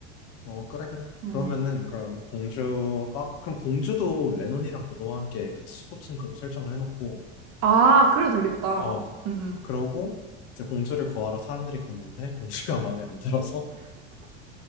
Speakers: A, on the left; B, on the right.
A: 어, 그래, 그래.
B: 음.
A: 그러면은, 그럼 공주가, 그럼 공주도 레논이랑 도도와 함께 같이 소꿉친구로 설정을 해놓고,
B: 아, 그래도 되겠다.
A: 어,
B: 음,
A: 그러고, 이제 공주를 구하러 사람들이 갔는데, 공주가 <laughs> 마음에 안 들어서